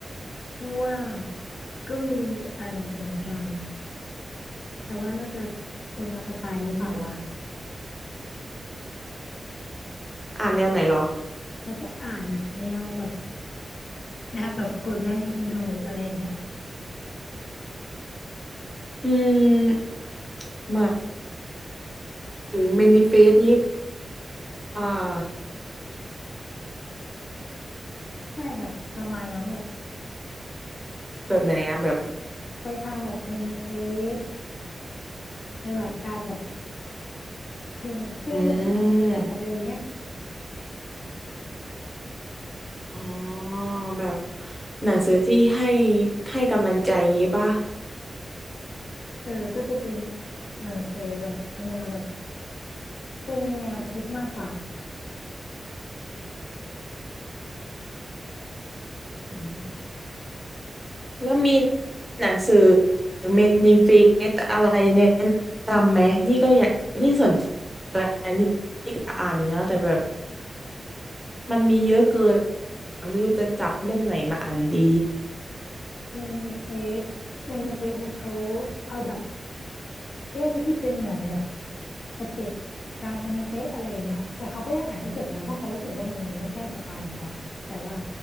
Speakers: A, on the left (about 65°); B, in the centre.
A: ว่างๆก็มีอ่านหนังสือเหมือนกันแต่ว่าน่าจะคนละสไตล์หรือเปล่าวะ
B: อืมอ่านแนวไหนเหรอ
A: เขาจะอ่านแบบแนวแบบแนวแบบกดแรงดึงดูดอะไรอย่างเงี้ย
B: อืมหมายถึงเมนิเฟสนี้อ่า
A: ใช่แบบประมาณนั้นแหละ
B: แบบไหนอะแบบ
A: ไปทางแบบเมนิเฟสในแบบการแบบอยู่ในคลื่นพลังบวกอะไรอย่างเงี้ย
B: อืมอ๋อแบบหนังสือที่ให้ให้กำลังใจงี้ปะ
A: เออก็จะเป็นหนังสือแบบแนวแบบเป็นแนวคิดมากกว่า
B: อืม แล้วมีหนังสือเมนิเฟสอะไรแนะนำไหมนี่ก็อยากนี่สนใจนี่นี่ก็อ่านอยู่นะแต่แบบมันมีเยอะเกินไม่รู้จะจับเล่มไหนมาอ่านดี
A: เมนิเฟสเมนิเฟสเนี่ยเขาเอาแบบ เล่มที่เป็นเหมือนแบบสเต็ปการเป็นเฟซอะไรอย่างเงี้ยแต่เขาก็ยังอ่านไม่จบนะเพราะเขารู้สึกว่ามันไม่ใช่สไตล์เขาอะแต่ว่า